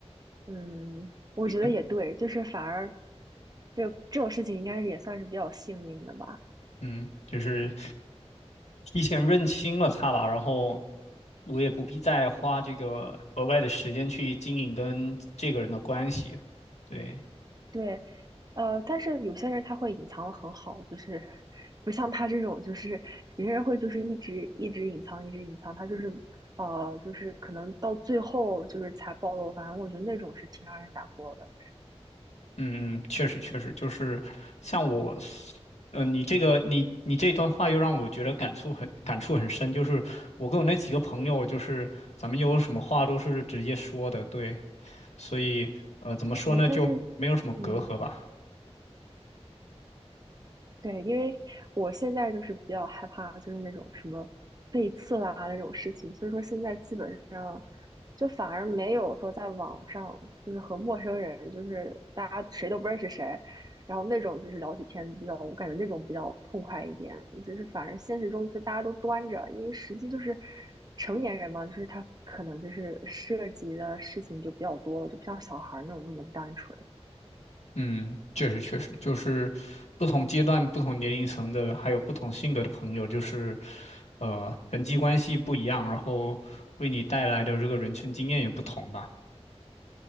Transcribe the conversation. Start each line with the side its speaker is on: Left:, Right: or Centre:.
Right: 嗯，我觉得也对，
Left: 是，
Right: 就是反而，就这种事情应该是也算是比较幸运的吧。
Left: 嗯，就是提前认清了他吧，然后我也不必再花这个额外的时间去经营跟这个人的关系。对，
Right: 对，呃，但是有些人他会隐藏的很好，就是不像他这种，就是有些人会就是一直一直隐藏，一直隐藏，他就是呃，就是可能到最后就是才暴露。反正我觉得那种是挺让人难过的。
Left: 嗯嗯确实确实，就是像我，嗯、你这个你你这段话又让我觉得感触很感触很深，就是我跟我那几个朋友，就是咱们有什么话都是直接说的，对，所以呃，怎么说呢，
Right: 对，但是
Left: 就没有什么隔阂吧。
Right: 嗯，对，因为我现在就是比较害怕，就是那种什么背刺啦那种事情，所以说现在基本。就反而没有说在网上就是和陌生人，就是大家谁都不认识谁，然后那种就是聊起天比较，我感觉那种比较痛快一点。就是反而现实中就大家都端着，因为实际就是成年人嘛，就是他可能就是涉及的事情就比较多了，就不像小孩儿那种那么单纯。
Left: 嗯，确实确实，就是不同阶段、不同年龄层的，还有不同性格的朋友，就是呃，人际关系不一样，然后为你带来的这个人生经验也不同吧。